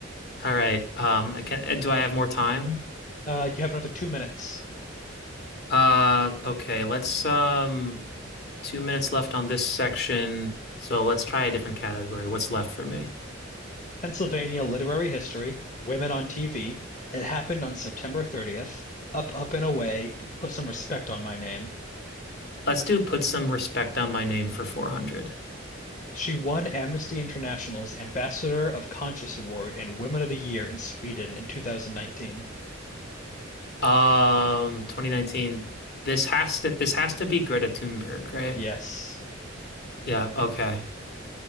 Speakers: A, on the left (about 55°); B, on the left (about 40°).
A: All right. Um I can uh, do I have more time?
B: Uh, you have another two minutes.
A: Uh okay, let's um Two minutes left on this section, so let's try a different category. What's left for me?
B: Pennsylvania literary history, women on TV. It happened on September 30th. Up, up, and away, and put some respect on my name.
A: Let's do put some respect on my name for 400.
B: She won Amnesty International's Ambassador of Conscience Award and Women of the Year in Sweden in 2019.
A: Um, 2019. This has to this has to be Greta Thunberg, right?
B: Yes.
A: Yeah, okay.